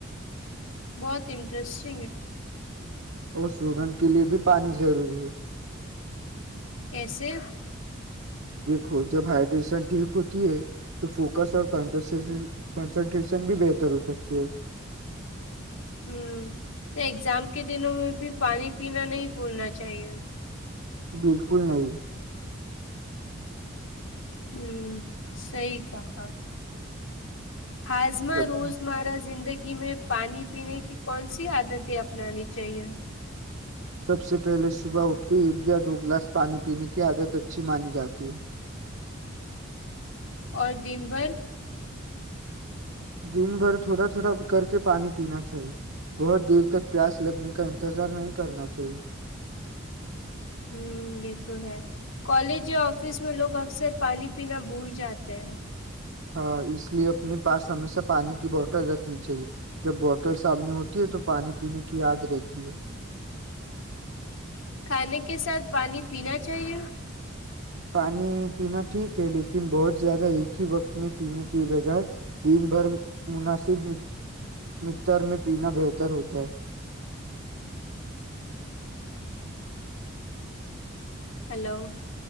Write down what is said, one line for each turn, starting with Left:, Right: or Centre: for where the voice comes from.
Left: بہت انٹرسٹ چ
Right: اور سوڈنٹ کے لیئے بھی پانی ضروری ہے
Left: کیسے
Right: دیکھو جب ہائیڈریشن ٹھیک ہوتی ہے تو فوکس اور کنسنٹریشن بھی بہتر ہو سکتی ہے
Left: ہ تو ایگزام کے دنوں میں بھی پانی پینا نہیں بھولنا چاہیے
Right: بالکل نہیں
Left: ہوں صحی کہ تھا ہاضما
Right: سب
Left: روز مارا زندگی میں پانی پینے کی کون سی عادتیں اپنانی چاہیے
Right: سب سے پہلے صبح اٹھ کے ایک یا دو گلاس پانی پینے کی عادت اچھی مانی جاتی ہے
Left: اور دن بھر
Right: دن بھر تھوڑا تھوڑا کر کے پانی پینا چاہیے بہت دیر تک پیاس لگنے کا انتظار نہیں کرنا چاہی <inaudible>
Left: ہ یہ تو ہے کالج یا آفس میں لوگ اکثر پانی پینا بھول جاتے ہیں
Right: ہاں اس لیے اپنے پاس ہمیشہ پانی کی بوٹل رکھنی چاہیے جب بوٹل سامنے ہوتی ہے تو پانی پینے کی یاد رہتی ہے
Left: کھانے کے ساتھ پانی پینا چاہیے
Right: پانی پینا ٹھیک ہے لیکن بہت زیادہ ایک ہی وقت میں پینے کی بجائے دن بھر مناسب مر میں پینا بہتر ہوتا ہے
Left: ہ ہیلو